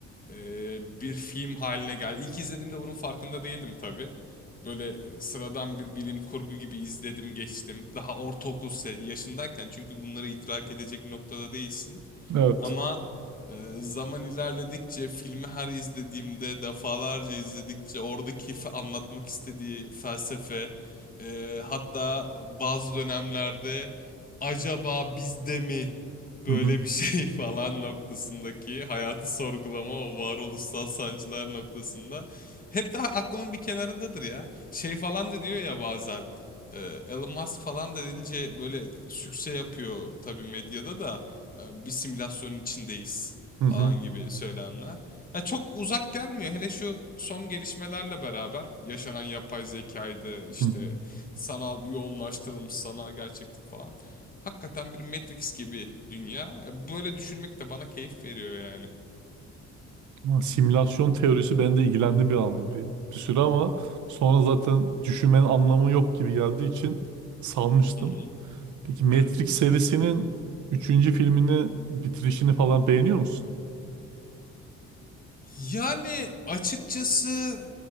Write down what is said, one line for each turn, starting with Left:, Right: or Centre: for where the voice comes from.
Left: e, bir film haline geldi. İlk izlediğimde bunun farkında değildim tabii. Böyle sıradan bir bilim kurgu gibi izledim geçtim. Daha ortaokul se- yaşındayken çünkü bunları idrak edecek noktada değilsin.
Right: Evet.
Left: Ama e, zaman ilerledikçe filmi her izlediğimde defalarca izledikçe oradaki fe- anlatmak istediği felsefe e, hatta bazı dönemlerde acaba biz de mi
Right: Hı
Left: böyle
Right: hı.
Left: bir şey <laughs> falan noktasındaki hayatı sorgulama o varoluşsal sancılar noktasında hep daha aklımın bir kenarındadır ya şey falan da diyor ya bazen. e, Elon Musk falan da deyince böyle sükse yapıyor tabii medyada da e, bir simülasyonun içindeyiz
Right: Hı hı.
Left: falan gibi söylemler. Ya çok uzak gelmiyor hele şu son gelişmelerle beraber yaşanan yapay zekaydı işte
Right: Hı.
Left: sanal yoğunlaştırılmış sanal gerçeklik falan. Hakikaten bir Matrix gibi dünya. E, Böyle düşünmek de bana keyif veriyor yani.
Right: Ama Simülasyon teorisi bende ilgilendi bir anda bir, bir süre ama sonra zaten düşünmenin anlamı yok gibi geldiği için salmıştım.
Left: Hı hı.
Right: Peki Matrix
Left: Evet.
Right: serisinin üçüncü filmini bitirişini falan beğeniyor musun?
Left: Yani açıkçası